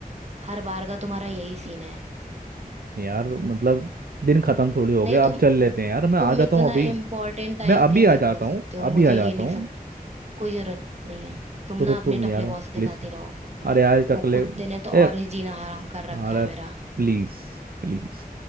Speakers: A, on the right; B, on the right.
A: हर बार का तुम्हारा यही सीन है
B: यार मतलब दिन खत्म थोड़ी हो
A: नहीं
B: गया
A: तुम
B: अब चल लेते हैं यार मैं
A: तुम
B: आ जाता
A: इतना
B: हूँ अभी
A: इम्पोर्टेंट टाइम
B: मैं अभी
A: कैसे
B: आ
A: बोल
B: जाता
A: सकते
B: हूँ
A: हो मुझे
B: अभी आ जाता
A: ये नहीं
B: हूँ
A: समझ कोई जरूरत नहीं है तुम
B: तो तो
A: ना अपने
B: तुम
A: टकले
B: यार
A: बॉस
B: प्लीज
A: के साथ ही रहो
B: अरे आज तक
A: वो
B: ले
A: कुत्ते ने तो
B: ए
A: और ही जीना हराम कर रखा
B: अरे
A: है मेरा
B: प्लीज प्लीज